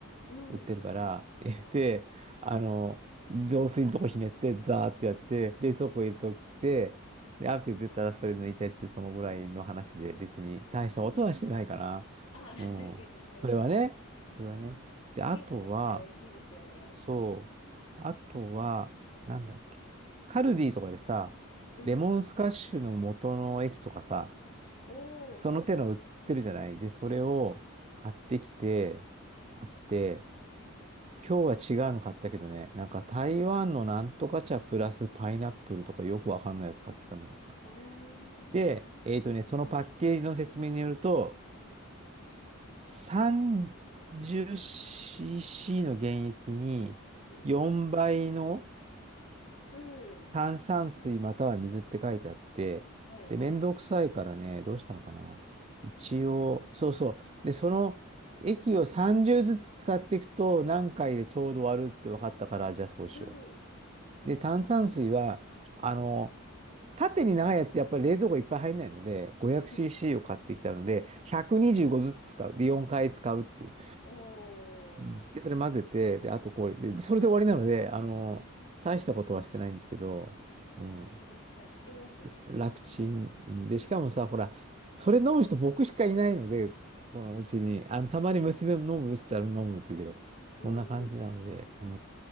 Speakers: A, on the left; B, on the right.
A: うん。
B: 売ってるから、<laughs>
A: はい。
B: で、あの、浄水のとこひねって、ザーってやって、冷蔵庫入れとくって、
A: はい。
B: で、アク出たらそれ抜いてっていう、そのぐらいの話で、別に大したことはしてないかな。
A: うんああ、<laughs> でもね、
B: うん。それはね、それはね。で、あとは、
A: 冷えた麦茶美味しいですよね。
B: そう、あとは、なんだっけ、カルディとかでさ、
A: うん。
B: レモンスカッシュの元の液とかさ、
A: おお、
B: その手の売ってるじゃない。
A: はい。
B: で、それを買ってきて、
A: うん。はい。
B: あって、今日は違うの買ったけどね、なんか台湾のなんとか茶プラスパイナップルとかよくわかんないやつ買ってきたんだけどさ。
A: おー。
B: で、えっとね、
A: はい。
B: そのパッケージの説明によると、
A: うん。
B: 30cc の原液に4倍の
A: うん。うん。
B: 炭酸水または水って書いてあって、
A: はい。
B: で、めんどくさいからね、どうしたのかな。一応、そうそう。で、その液を30ずつ使っていくと何回でちょうど割るって分かったから、じゃあそうしようと。
A: うん。<laughs> なるほど。
B: で、炭酸水は、あの、縦に長いやつ、やっぱり冷蔵庫いっぱい入んないので、500cc
A: うん。
B: を買ってきたので、125ずつ使う。で、4回使うっていう。
A: おー。
B: うん。で、それ混ぜて、
A: うん
B: で、あとこれでそれで終わりなので、あの、大したことはしてないんですけど、うん、
A: あ、楽です。楽ちんですね。
B: 楽ちん。うんで、しかもさ、ほら、それ飲む人僕しかいないので、このうちに、あの、たまに娘も飲むって言ったら飲むって言うけど、
A: うんう
B: こんな感じなので、うん、